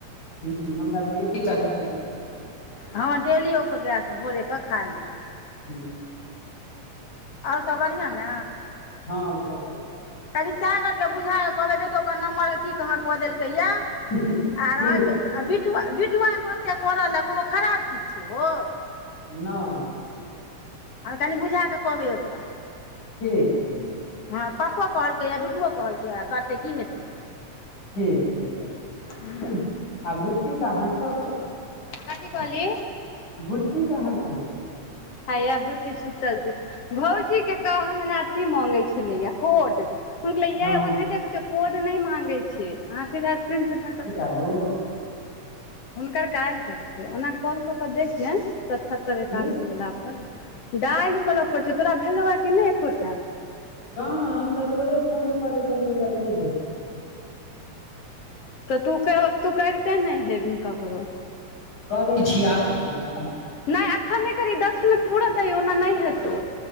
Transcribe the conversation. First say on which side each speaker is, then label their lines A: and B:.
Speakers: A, on the left; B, on the left.
A: ह हमरा दे देत हल
B: हँ डेलिये के गैस भोरे कऽ खा लेब
A: हूँ
B: ओर सब बढ़िआँ ने
A: हँ ओर सब बड़िया
B: कनि सागर के बुझा कऽ कहबै देखियौ ओकर नम्बर के की कहाँ कऽ देलकै ये
A: बढ़िया।
B: आर आज
A: ठीक छै
B: आ बीटुआ बिट बिटुआ कहलकै ये करल ले कोनो खराब चीज छै ओ
A: नहि
B: हँ कनि बुझाकऽ कहबै ओकरा
A: ठीक छै
B: हँ पप्पो कहलकैए बिटुओ कहलकै ये करतै की हेतै
A: ठीक छै तऽ
B: बुझलियै
A: आ बुीच्ची कहाँ छौ
B: कथी कहलही
A: बुच्ची कहाँ छौ
B: हैये बुच्ची सुतल छै भौजी के कहाँ दना अथी मांगे छलैये कोड हम कहलियै
A: हँ
B: ओनाहिते किछो कोड नै मांगे छै अहाँसँ जे स्क्रीन शेयर
A: हेलो
B: हुनकर काल्हि करतै ओना कॉल कऽ कऽ देखियनि सतहत्तरि एकासी
A: की
B: वला पर दालि करऽ परतै तोरा भेलौये कि नय एकोटा
A: कहाँ हम तऽ तोरे फोन करै छलियौ तऽ नय भेलै
B: तऽ तू तू करिते नय हेबही ककरो
A: करै छी आब करबै हम
B: नय अखन नय करही दस मिनट पूर दही ओना नय हेतौ